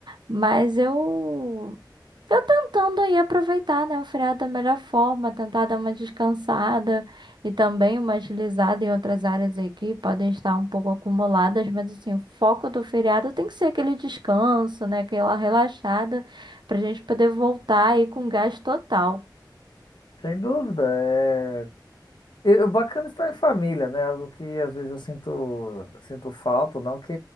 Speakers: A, on the right (about 70°); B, on the left (about 70°).
A: Mas eu Tô tentando aí aproveitar, né, o feriado da melhor forma, tentar dar uma descansada e também uma agilizada em outras áreas aí que podem estar um pouco acumuladas, mas assim, o foco do feriado tem que ser aquele descanso, né, aquela relaxada pra gente poder voltar aí com gás total.
B: Sem dúvida, é... E o bacana é estar em família, né? Algo que às vezes eu sinto, sinto falta, não que...